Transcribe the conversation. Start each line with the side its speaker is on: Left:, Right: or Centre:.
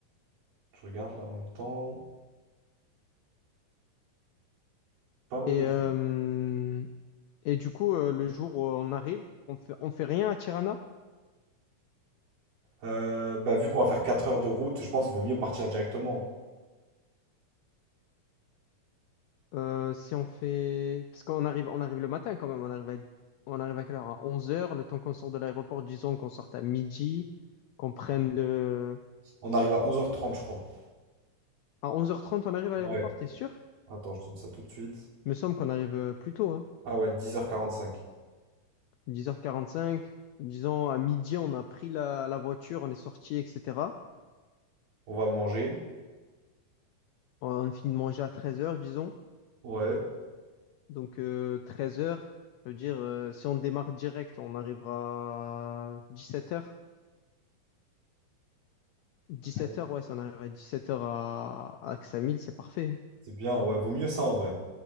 Right: Je regarde là en même temps. Pas mal
Left: Et,
Right: de...
Left: euh, et du coup, euh, le jour où on arrive, on fait, on fait rien à Tirana.
Right: Euh, bah, vu qu'on va faire 4 heures de route, je pense qu'il vaut mieux partir directement. hein.
Left: Euh, si on fait... Parce qu'on arrive, on arrive le matin quand même. On arrive à, on arrive à quelle heure? À 11 heures. Le temps qu'on sort de l'aéroport, disons qu'on sorte à midi, qu'on prenne le...
Right: On arrive à onze heures trente, je crois.
Left: À 11h30, on arrive à
Right: Ouais.
Left: l'aéroport, t'es sûr?
Right: Attends, je te dis ça tout de suite.
Left: Il me semble qu'on arrive euh, plus tôt, hein.
Right: Ah ouais, dix heures quarante-cinq.
Left: 10h45. Disons, à midi, on a pris la, la voiture, on est sorti, etc.
Right: On va manger.
Left: On a fini de manger à 13h, disons.
Right: Ouais,
Left: Donc, 13h, ça veut dire, euh, si on démarre direct, on arrivera à 17h. 17h,
Right: Très-
Left: ouais, si on arrive à 17h à, à Axamil, c'est parfait. hein.
Right: c'est bien. Ouais, vaut mieux ça en vrai.